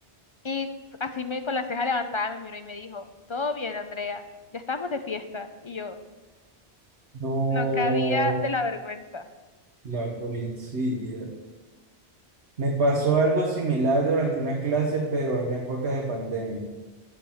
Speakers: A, on the left; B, on the right.
A: y así me con la ceja levantada me miró y me dijo, todo bien, Andrea, ya estamos de fiesta. Y yo
B: No,
A: no cabía de la vergüenza.
B: la policía. Me pasó algo similar durante una clase, pero en época de pandemia.